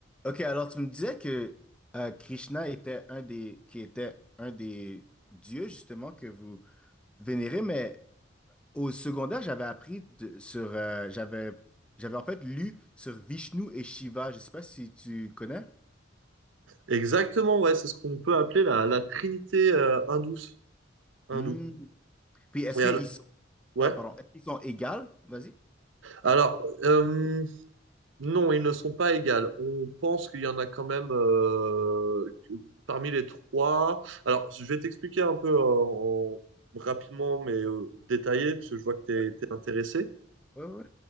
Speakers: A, in the centre; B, on the right.
A: Ok, alors tu me disais que euh, Krishna était un des, qui était un des dieux justement que vous vénérez, mais au secondaire, j'avais appris de- sur, euh, j'avais, j'avais en fait lu sur Vishnu et Shiva. Je sais pas si tu connais.
B: Exactement, ouais, c'est ce qu'on peut appeler la, la trinité euh, hindouce, hindoue.
A: Hmm. Puis est-ce
B: Et
A: qu'ils
B: al-
A: sont,
B: ouais.
A: ah, pardon, est-ce qu'ils sont égales? Vas-y.
B: Alors, euh, non, ils ne sont pas égales. On pense qu'il y en a quand même euh, que- parmi les trois. Alors, je vais t'expliquer un peu euh, en- rapidement, mais euh, détaillé, parce que je vois que
A: Ouais,
B: tu es, intéressé.
A: ouais, ouais.